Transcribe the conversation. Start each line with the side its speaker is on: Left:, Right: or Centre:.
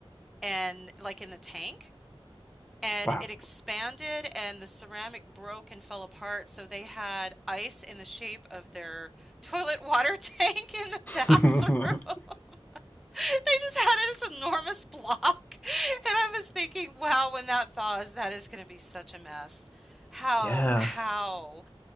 Centre: and like in the tank and
Left: <laughs>
Centre: it
Left: wow.
Centre: expanded and the ceramic broke and fell apart, so they had ice in the shape of their toilet water <laughs> tank in the bathroom
Left: <laughs>
Centre: they just had this enormous block. And I was thinking, wow, when that thaws, that is going to be such a mess. How,
Left: yeah.
Centre: how,